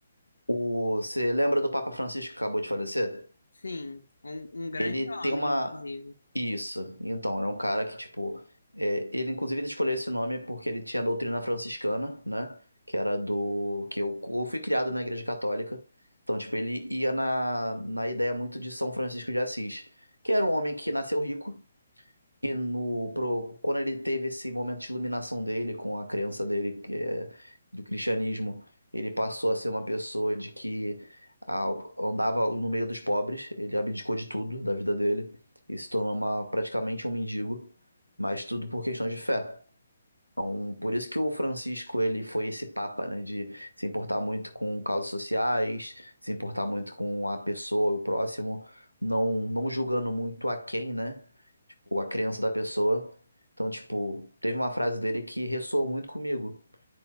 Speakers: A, on the right (about 90°); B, on the left (about 75°).
A: O- Você lembra do Papa Francisco que acabou de falecer?
B: Sim, um, um grande
A: Ele tem
B: homem,
A: uma.
B: inclusive.
A: Isso. Então, ele é um cara que, tipo. é, ele, inclusive, ele escolheu esse nome porque ele tinha a doutrina franciscana, né? Que era do. Que eu, eu fui criado na Igreja Católica. Então, tipo, ele ia na, na ideia muito de São Francisco de Assis, que era um homem que nasceu rico. E no, pro, quando ele teve esse momento de iluminação dele com a crença dele que é, do cristianismo, ele passou a ser uma pessoa de que ah, andava no meio dos pobres, ele abdicou de tudo da vida dele e se tornou uma, praticamente um mendigo, mas tudo por questões de fé. Então, por isso que o Francisco ele foi esse papa, né, de se importar muito com causas sociais, se importar muito com a pessoa, o próximo, não não julgando muito a quem, né? Tipo, a crença da pessoa. Então, tipo, teve uma frase dele que ressoou muito comigo